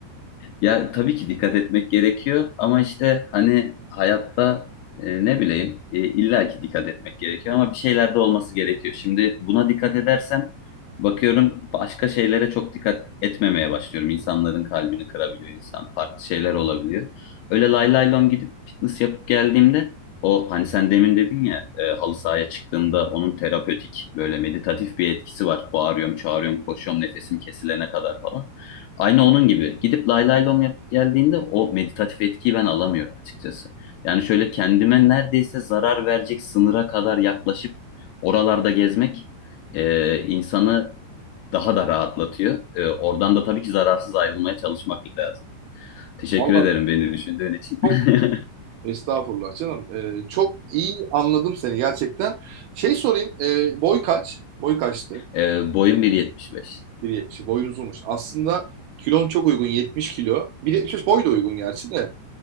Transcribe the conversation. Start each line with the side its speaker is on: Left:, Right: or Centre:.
Left: Ya tabii ki dikkat etmek gerekiyor ama işte hani hayatta e, ne bileyim e, illa ki dikkat etmek gerekiyor ama bir şeyler de olması gerekiyor. Şimdi buna dikkat edersem bakıyorum başka şeylere çok dikkat etmemeye başlıyorum. İnsanların kalbini kırabiliyor insan. Farklı şeyler olabiliyor. Öyle lay lay lom gidip fitness yapıp geldiğimde o hani sen demin dedin ya e, halı sahaya çıktığımda onun terapötik böyle meditatif bir etkisi var. Bağırıyorum, çağırıyorum, koşuyorum nefesim kesilene kadar falan. Aynı onun gibi. Gidip lay lay lom yapıp geldiğinde o meditatif etkiyi ben alamıyorum açıkçası. Yani şöyle kendime neredeyse zarar verecek sınıra kadar yaklaşıp oralarda gezmek e, insanı daha da rahatlatıyor. E, oradan da tabii ki zararsız ayrılmaya çalışmak lazım. Teşekkür
Right: Vallahi
Left: ederim beni düşündüğün için. <laughs>
Right: çok estağfurullah canım. E, çok iyi anladım seni gerçekten. Şey sorayım. e, boy kaç? Boy kaçtı?
Left: E, boyum 1.75.
Right: 1.70. Boyun uzunmuş. Aslında kilon çok uygun 70 kilo. 1.75 boy da uygun gerçi de.